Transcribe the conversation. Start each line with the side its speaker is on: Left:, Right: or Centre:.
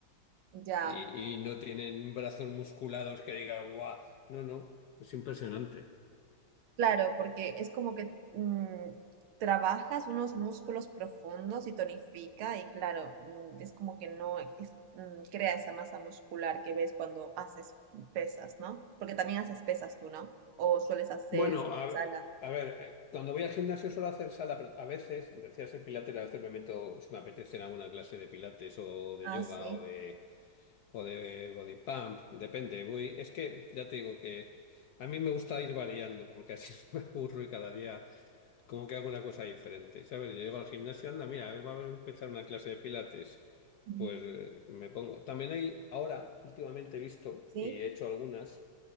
Right: Ya.
Left: y, y no tienen brazos musculados que diga, guau, no, no, es impresionante.
Right: Claro, porque es como que mm, trabajas unos músculos profundos y tonifica y claro, mm, es como que no es- mm, crea esa masa muscular que ves cuando haces pesas, ¿no? Porque también haces pesas tú, ¿no? O sueles hacer
Left: Bueno, a,
Right: sala.
Left: a ver, eh, cuando voy al gimnasio suelo hacer sala, pero a veces, decía ser pilates, a veces me meto, si me apetece, en alguna clase de pilates o de
Right: Ah,
Left: yoga
Right: sí.
Left: o de, o de body pump, depende. Voy, es que ya te digo que a mí me gusta ir variando porque así <laughs> no me aburro y cada día como que hago una cosa diferente, ¿sabes? Yo llego al gimnasio, anda, mira, va a haber- empezar una clase de pilates.
Right: Mm.
Left: Pues eh, me pongo. También hay, ahora, últimamente he visto
Right: Sí,
Left: y he hecho algunas